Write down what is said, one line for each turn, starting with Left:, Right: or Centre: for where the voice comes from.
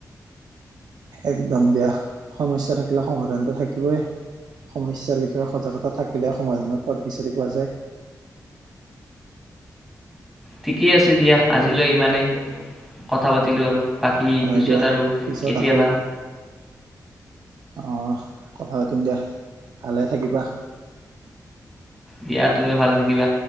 Right: একদম বেয়া, সমস্যা থাকিলে সংশোধন থাকিবই সমস্যা বিষয়ে সজাগতা থাকিলে সমাধানৰ পথ বিচাৰি পোৱা যায়।
Centre: ঠিকে আছে দিয়া, আজিলৈ ইমানেই কথা পাতিলো আৰু। বাকী
Right: হয়
Centre: পিছত
Right: দিয়া
Centre: আৰু
Right: পিছত
Centre: কেতিয়াবা
Right: আকৌ আহ কথা পাতিম দিয়া, ভালে থাকিবা।
Centre: দিয়া তুমিও ভালে থাকিবা।